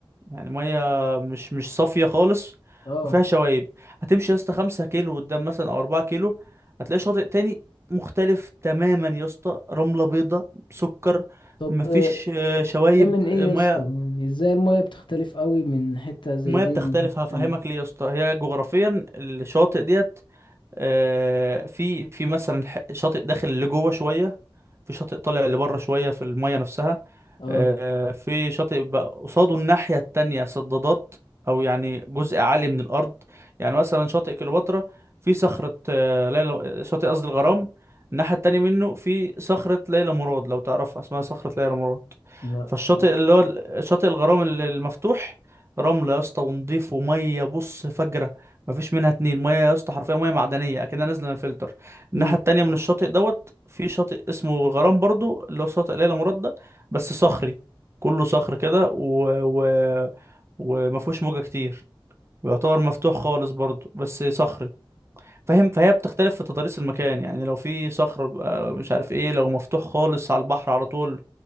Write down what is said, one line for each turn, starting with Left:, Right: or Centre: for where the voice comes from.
Right: يعني ميه مش مش صافيه خالص
Left: اه
Right: وفيها شوايب هتمشي يا اسطى 5 كيلو قدام مثلا او 4 كيلو هتلاقي شاطئ تاني مختلف تماما يا اسطى رمله بيضاء سكر
Left: طب
Right: مفيش
Left: آه،
Right: آه، شوايب
Left: ده من
Right: الميه
Left: ايه يا اسطى يعني ازاي المية بتختلف أوي من حتة زي
Right: المياه
Left: دي
Right: بتختلف
Left: لحتة
Right: هفهمك
Left: تانية
Right: ليه يا اسطى هي جغرافيا الشواطئ ديت آه، في في مثلا ح- شاطئ داخل لجوه شويه في شاطئ طالع لبره شويه في الميه نفسها
Left: اه
Right: آه، في شاطئ بقى قصاده الناحيه التانية صدادات او يعني جزء عالي من الارض يعني مثلا شاطئ كليوباترا في صخره آه، ليلى شاطئ قصدي الغرام الناحيه التانية منه في صخره ليلى مراد لو تعرفها اسمها صخره ليلى مراد
Left: لا
Right: فالشاطئ
Left: بصراحة
Right: اللي هو ال- شاطئ الغرام ال- المفتوح رملة يا اسطى ونضيف ومية بص فجرة مفيش منها اتنين ميه يا اسطى حرفيا ميه معدنيه اكنها نازله من الفلتر الناحيه
Left: مم.
Right: التانية من الشاطئ دوت في شاطئ اسمه الغرام برضو اللي هو شاطئ ليلى مراد ده بس صخري كله صخر كده و... و... وما فيهوش موجه كتير ويعتبر مفتوح خالص برضو بس صخري فاهم فهي بتختلف في تضاريس المكان يعني لو في صخر بيبقى مش عارف ايه لو مفتوح خالص على البحر على طول